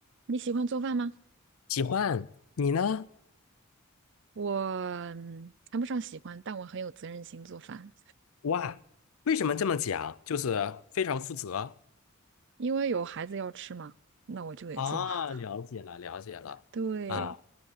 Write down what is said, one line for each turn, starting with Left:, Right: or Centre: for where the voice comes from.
Right: 你喜欢做饭吗？
Left: 喜欢你呢
Right: 我嗯谈不上喜欢，但我很有责任心做饭，
Left: 哇？为什么这么讲？就是非常负责
Right: 因为有孩子要吃嘛，那我就得做。
Left: 啊，
Right: <laughs>
Left: 了解了，了解了啊，
Right: 对，